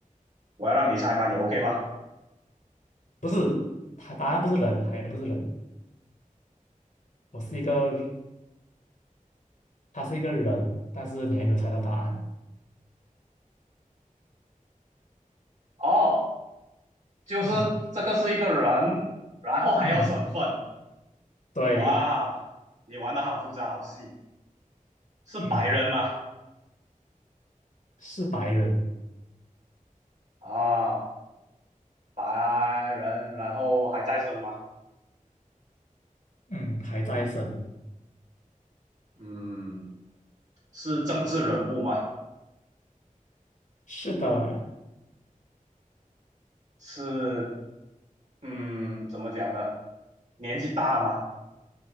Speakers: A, on the right; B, on the left.
A: 我要让你猜嘛，你 OK 吗？
B: 不是，他答案不是人，还不是人，我是一个，他是一个人，但是你还没有猜到答案。
A: 哦，就是这个是一个人，
B: 嗯
A: 然后还要身份。
B: 嗯，对，
A: 哇，你玩的好复杂，好细。是白人吗？
B: 嗯，是白人，
A: 啊，白人，然后还在生吗？
B: 嗯，还在生。
A: 嗯，是政治人物吗？
B: 是的，
A: 是，嗯，怎么讲呢？年纪大吗